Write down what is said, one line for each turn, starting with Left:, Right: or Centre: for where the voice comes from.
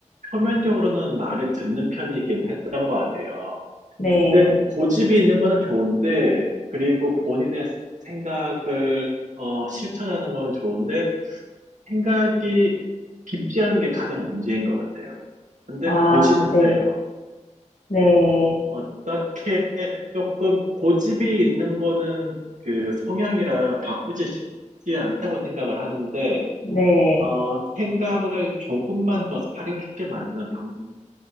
Right: 표면적으로는 말을 듣는 편이긴 했던 것 같아요.
Left: 네.
Right: 근데 고집이 있는 거는 좋은데, 그리고 본인의 생각을, 어, 실천하는 건 좋은데, 생각이 깊지 않은 게 가장 문제인 것 같아요. 근데
Left: 아
Right: 고집은
Left: 네.
Right: 세요.
Left: 네.
Right: 어떻게 조금 고집이 있는 거는 그 성향이라 바꾸지 쉽지 않다고 생각을 하는데,
Left: 네.
Right: 어, 생각을 조금만 더 사려 깊게 만드는 방법,